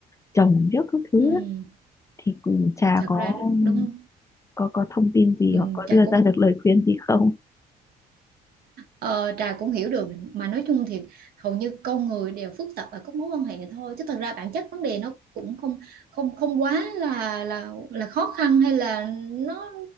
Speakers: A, on the left (about 20°); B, on the right (about 65°).
A: chồng trước các thứ
B: ừm,
A: á. thì cũng chả
B: thật
A: có
B: ra đúng
A: có có thông tin gì
B: Ừm,
A: hoặc có đưa
B: cũng
A: ra được lời khuyên gì không
B: Ờ, Trà cũng hiểu được mà nói chung thì hầu như con người đều phức tạp ở các mối quan hệ thôi chứ thật ra bản chất vấn đề nó cũng không không không quá là là là khó khăn hay là nó